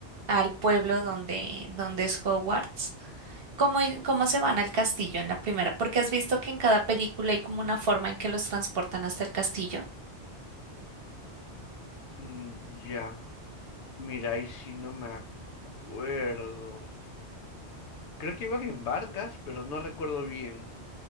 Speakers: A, on the right (about 60°); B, on the left (about 80°).
A: al pueblo donde, donde es Hogwarts, cómo, cómo se van al castillo en la primera, porque has visto que en cada película hay como una forma en que los transportan hasta el castillo.
B: Mm, ya, mira, ahí sí no me acuerdo. Creo que iban en barcas, pero no recuerdo bien.